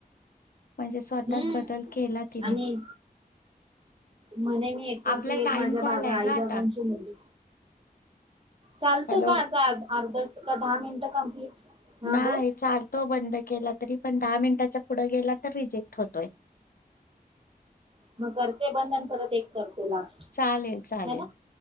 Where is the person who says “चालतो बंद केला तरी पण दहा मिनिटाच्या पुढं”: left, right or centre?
Left